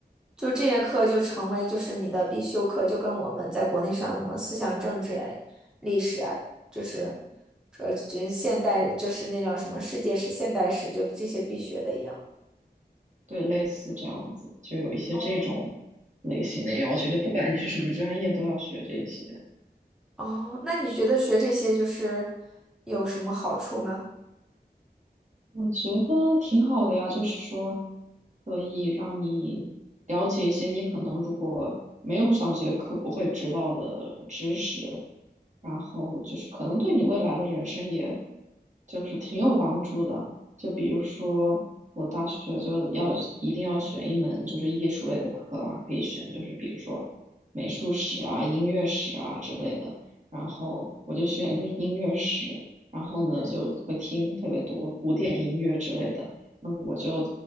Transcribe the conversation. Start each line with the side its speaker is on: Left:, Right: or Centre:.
Centre: 就这些课就成为就是你的必修课，就跟我们在国内上什么思想政治呀、历史呀，就是这这现代就是那叫什么世界史、现代史，就这些必学的一样。
Right: 对，类似这样子，就有一些这种类型的要求，
Centre: 哦，
Right: 就不管你是什么专业，都要学这些。
Centre: 哦，那你觉得学这些就是有什么好处吗？
Right: 我觉得挺好的呀，就是说可以让你了解一些你可能如果没有上这节课不会知道的知识，然后就是可能对你未来的人生也就是挺有帮助的。就比如说我大学就要一定要选一门就是艺术类的课嘛，可以选就是比如说美术史啊、音乐史啊之类的，然后我就选一个音乐史。然后呢就会听特别多古典音乐之类的。
Centre: 嗯，
Right: 那我就